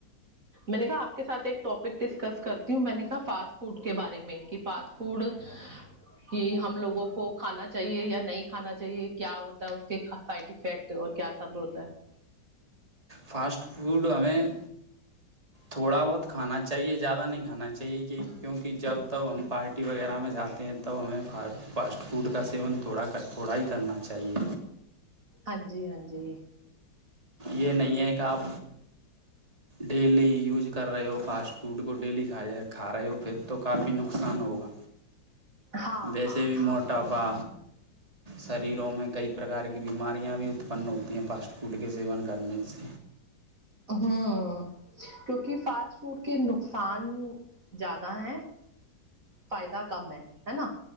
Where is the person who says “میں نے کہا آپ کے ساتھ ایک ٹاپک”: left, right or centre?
Right